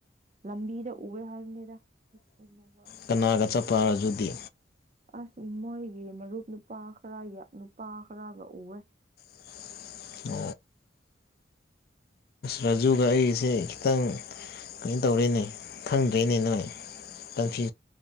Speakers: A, on the right; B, on the left.
A: ꯂꯝꯕꯤꯗ ꯎꯌꯦ ꯍꯥꯏꯕꯅꯤꯗ ꯎꯅꯕ
B: ꯀꯅꯥꯒ ꯆꯠꯄ ꯔꯥꯖꯨꯗꯤ
A: ꯑꯁ ꯃꯣꯏꯒꯤ ꯃꯔꯨꯞ ꯅꯨꯄꯥ ꯈꯔ ꯅꯨꯄꯥ ꯈꯔꯒ ꯎꯋꯦ
B: <inaudible> ꯔꯥꯖꯨꯒ ꯑꯩꯁꯦ ꯈꯤꯇꯪ ꯀꯩꯅꯣ ꯇꯧꯔꯦꯅꯦ ꯈꯪꯗ꯭ꯔꯦꯅꯦ ꯅꯣꯏ ꯀꯟꯐ